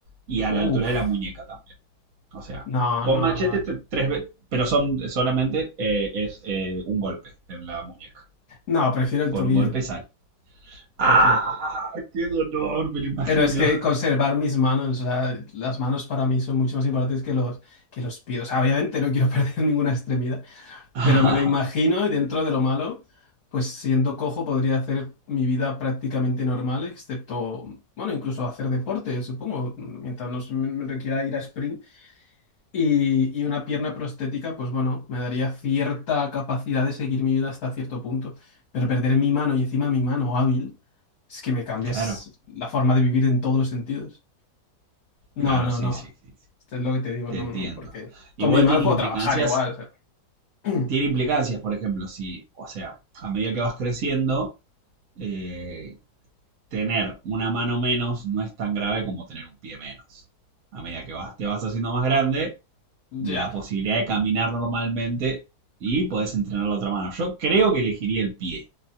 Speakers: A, on the right; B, on the left.
A: Y a
B: uf.
A: la altura de la muñeca también. O sea,
B: No,
A: con
B: no,
A: machete
B: no.
A: te- tres veces, pero son solamente eh, es eh, un golpe en la muñeca.
B: No, prefiero el
A: Con
B: tobillo.
A: un golpe sa- ¡Ah!
B: Prefiero el tobillo.
A: ¡Qué dolor! Me lo imagino.
B: Pero es que
A: <laughs>
B: conservar mis manos, o sea, las manos para mí son mucho más importantes que los, que los pies. O sea, obviamente no quiero <laughs> perder ninguna extremidad,
A: Ah,
B: pero me lo imagino y dentro de lo malo, pues siendo cojo podría hacer mi vida prácticamente normal, excepto, bueno, incluso hacer deporte, supongo, mientras no se me me requiera ir a sprint y, y una pierna prostética, pues bueno, me daría cierta capacidad de seguir mi vida hasta cierto punto. Pero perder mi mano y encima mi mano hábil, es que me cambias
A: claro,
B: la forma de vivir en todos los sentidos. No,
A: claro,
B: no,
A: sí,
B: no.
A: sí, sí, sí.
B: Esto es lo que te digo,
A: Te
B: no,
A: entiendo.
B: no, porque con
A: Igual
B: mis manos
A: tiene
B: puedo
A: implicancias,
B: trabajar igual. o sea, <clears throat>
A: tiene implicancias, por ejemplo, si, o sea, a medida que vas creciendo, eh, tener una mano menos no es tan grave como tener un pie menos. A medida que vas, te vas haciendo más grande,
B: Ya.
A: la posibilidad de caminar normalmente y podés entrenar la otra mano. Yo creo que elegiría el pie.